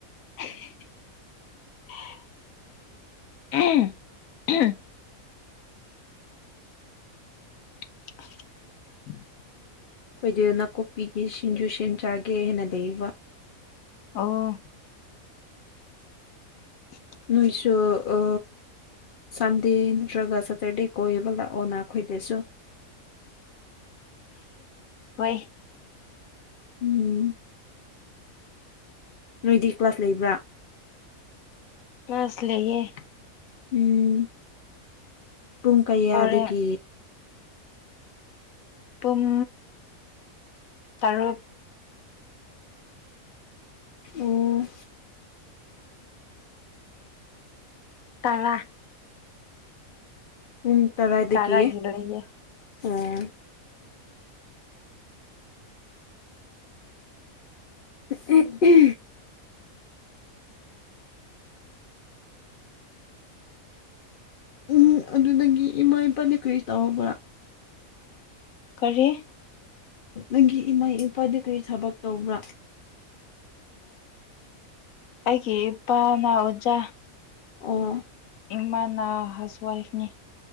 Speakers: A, on the left (about 75°); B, on the left (about 55°).
A: <unintelligible> <inaudible> <unintelligible> <inaudible> <inaudible>
B: ꯑꯩꯈꯣꯏꯗ ꯅꯥꯀꯨꯞꯄꯤꯒꯤ ꯁꯤꯡꯖꯨ ꯁꯦꯝ ꯆꯥꯒꯦ ꯍꯥꯏꯦꯟꯅ ꯂꯩꯕ
A: ꯑꯣ ꯎ
B: ꯅꯣꯏꯁꯨ ꯑ ꯁꯟꯗꯦ ꯅꯠꯇ꯭ꯔꯒ ꯁꯇꯔꯗꯦ ꯀꯣꯏꯕ ꯂꯥꯛꯑꯣꯅ ꯑꯩꯈꯣꯏꯗꯁꯨ
A: ꯍꯣꯏ
B: ꯎꯝ ꯅꯣꯏꯗꯤ ꯀ꯭ꯂꯥꯁ ꯂꯩꯕ꯭ꯔꯥ
A: ꯀ꯭ꯂꯥꯁ ꯂꯩꯌꯦ
B: ꯎꯝ ꯄꯨꯡ ꯀꯌꯥꯗꯒꯤ
A: ꯍꯣꯔꯦꯟ ꯄꯨꯡ ꯇꯔꯨꯛ
B: ꯑꯣ
A: ꯇꯔꯥ
B: ꯄꯨꯡ ꯇꯔꯥꯏꯗꯒꯤ
A: ꯇꯔꯥꯒꯤ ꯂꯩꯌꯦ
B: ꯑꯣ ꯁꯤꯅꯤ ꯎꯝ ꯑꯗꯨꯗꯒꯤ ꯏꯃꯥ ꯏꯄꯥꯅ ꯀꯔꯤ ꯇꯧꯕ꯭ꯔꯥ
A: ꯀꯔꯤ
B: ꯅꯪꯒꯤ ꯏꯃꯥ ꯏ ꯏꯄꯥꯗꯨ ꯀꯔꯤ ꯊꯕꯛ ꯇꯧꯕ꯭ꯔꯥ
A: ꯑꯩꯒꯤ ꯏꯄꯥꯅ ꯑꯣꯖꯥ
B: ꯑꯣ
A: ꯏꯃꯥꯅ ꯍꯥꯎꯁꯋꯥꯏꯐꯅꯤ